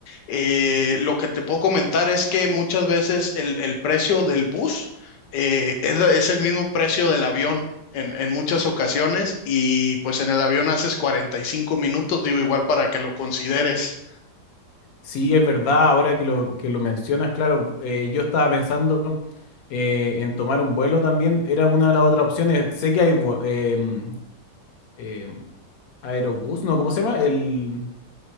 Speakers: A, on the left; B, on the left.
A: Eh, lo que te puedo comentar es que muchas veces el, el precio del bus eh, es, es el mismo precio del avión. En, en muchas ocasiones y pues en el avión haces 45 minutos, digo igual para que lo consideres.
B: Sí, es verdad, ahora que lo, que lo mencionas, claro, eh, yo estaba pensando eh, en tomar un vuelo también, era una de las otras opciones, sé que hay vu- em, em, aerobús, no, ¿cómo se llama? El,